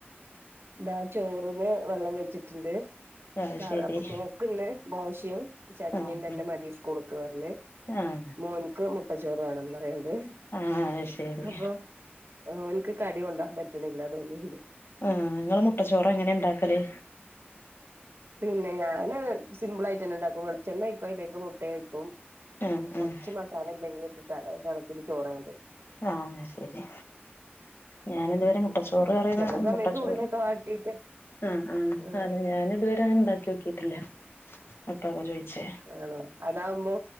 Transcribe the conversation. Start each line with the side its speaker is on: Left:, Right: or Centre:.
Right: ഇതാ ചോറിന് വെള്ളം വെച്ചിട്ടുണ്ട്
Left: അത്
Right: കാ
Left: ശരി
Right: അപ്പം മോക്ക് ഇന്ന് ദോശയും ചട്ടിനിയും
Left: ആഹ്
Right: തന്നെ മതി സ്കൂൾക്ക് അർഞ്ഞ്
Left: ആഹ്
Right: മോൻക്ക് മുട്ടച്ചോറ് വേണന്ന് പറയ്ണ്ട്
Left: ആഹ് അത് ശരി
Right: അപ്പൊ ഓൻക്ക് കടി കൊണ്ടആൻ പറ്റണില്ലാ തോന്ന്ണ്ട്
Left: ആഹ് നിങ്ങള് മുട്ടച്ചോറ് എങ്ങനെ ഇണ്ടാക്കല്
Right: പിന്നെ ഞാന് സിമ്പിളായിട്ടന്നെ ണ്ടാക്കും വെളെണ്ണ ഒഴിക്കും അതിലേയ്ക്ക് മുട്ട ഒഴിക്കും
Left: ആഹ്
Right: കുറച്ച്
Left: ആഹ്
Right: മസാല എന്തെങ്കിലും ഇട്ടിട്ടാട്ടോ കണക്കിന് ചോറാണ്ട്
Left: ആഹ് ശെരിയ ഞാന്
Right: അങ്ങനാക്കും
Left: ഇതുവരെ മുട്ടച്ചോറ് കറിന്ന്
Right: ചില സമയത്ത്
Left: മുട്ട ചോറും
Right: ഉള്ളിയൊക്കെ വാട്ടിയിട്ട്
Left: ആഹ് ആഹ്
Right: ഉം
Left: അതെ ഞാന് ഇതുവരെഅഹ് ഇണ്ടാക്കി നോക്കിട്ടില്ല ന്നട്ടാപൊ ചോയ്ചേ
Right: ആണോ അതാവുമ്പോ